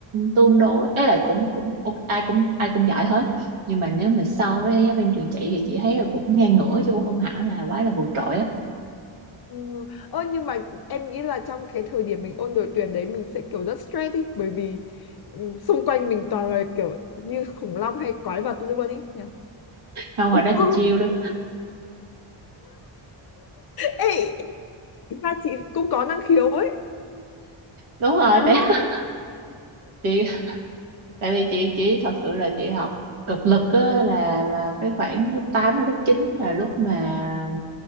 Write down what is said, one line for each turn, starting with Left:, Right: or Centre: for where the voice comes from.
Right: tương đối ấy là cũng cũng ok, ai cũng ai cũng giỏi hết nhưng mà nếu mà so với giáo viên trường chị thì chị thấy là cũng ngang ngửa chứ cũng không hẳn là quá là vượt trội á
Left: Ừ. Ơ nhưng mà em nghĩ là trong cái thời điểm mình ôn đội tuyển đấy mình sẽ kiểu rất stress đi bởi vì ừ, xung quanh mình toàn là kiểu như khủng long hay quái vật luôn ý nhỉ.
Right: không hồi
Left: <laughs>
Right: đó chị chill lắm
Left: Ê, tính ra chị cũng có năng khiếu ấy,
Right: đúng rồi
Left: đúng
Right: tại <laughs>
Left: không?
Right: chị tại vì chị chỉ thật sự là chị học cực lực á, là vào cái khoảng lớp 8 đến lớp 9 là lúc mà